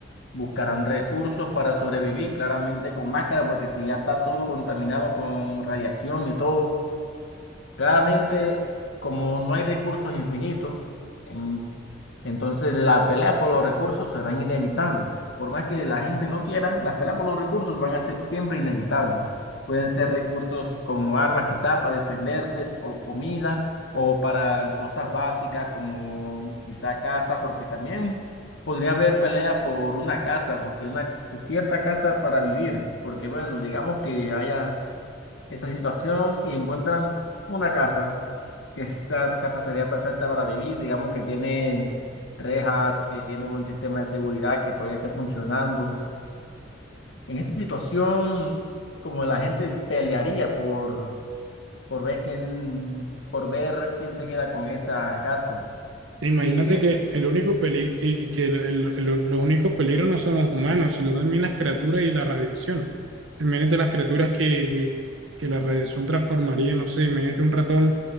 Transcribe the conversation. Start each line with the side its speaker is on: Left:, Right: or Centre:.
Left: buscarán recursos para sobrevivir, claramente con máscara, porque si ya está todo contaminado con radiación y todo. Claramente, como no hay recursos infinitos, en- entonces las peleas por los recursos serán inevitables. Por más que la gente no quiera, las peleas por los recursos van a ser siempre inevitables. Pueden ser recursos como armas, quizá para defenderse, o comida, o para cosas básicas como quizá casa, porque también podría haber pelea por una casa, porque una cierta casa para vivir, porque bueno, digamos que haya esa situación y encuentran una casa, que esa casa sería perfecta para vivir, digamos que tiene rejas, que tiene un buen sistema de seguridad, que todavía esté funcionando. En esa situación, como la gente pelearía por, por ver quién, por ver quién se queda con esa casa.
Right: Imagínate
Left: Yo diría
Right: que
Left: que
Right: el único peli y que el- el- el- los únicos peligros no son los humanos, sino también las criaturas y la radiación. Imagínate las criaturas que, que, que la radiación transformaría, no sé, imagínate un ratón,